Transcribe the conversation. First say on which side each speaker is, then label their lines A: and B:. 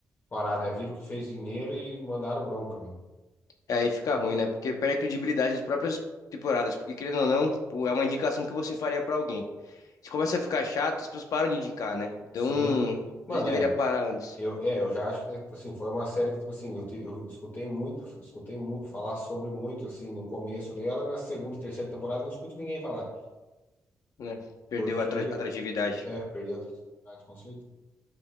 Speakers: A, on the left; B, on the left.
A: parar, né? Viram que fez dinheiro e mandaram bronca, né?
B: É, aí fica ruim, né? Porque perde a credibilidade das próprias temporadas. Porque, querendo ou não, pô, é uma indicação que você faria pra alguém. Se começa a ficar chato, as pessoas param de indicar, né? Então,
A: Sim. Mano,
B: eles deveriam
A: é,
B: parar antes,
A: eu, é, eu já acho que, é, tipo assim, foi uma série que, tipo assim, eu, te- eu escutei muito, escutei muito, falar sobre muito, assim, no começo dela, na segunda e terceira temporada eu não escuto ninguém falar,
B: né? Perdeu
A: porque,
B: a atra- atratividade.
A: é, perdeu a oportunidade, com certeza.